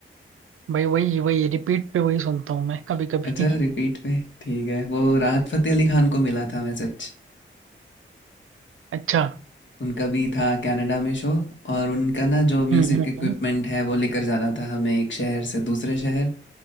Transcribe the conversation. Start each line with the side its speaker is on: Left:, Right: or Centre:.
Right: भाई वही वही रिपीट पे वही सुनता हूँ मैं कभी कभी
Left: अच्छा
Right: <laughs>
Left: रिपीट पे ठीक है वो राहत फतेह अली खान को मिला था मैसेज
Right: अच्छा
Left: उनका भी था कनाडा में शो और उनका ना जो म्यूजिक
Right: हम्म हम्म
Left: इक्विपमेंट
Right: हम्म,
Left: है वो लेकर जाना था हमें एक शहर से दूसरे शहर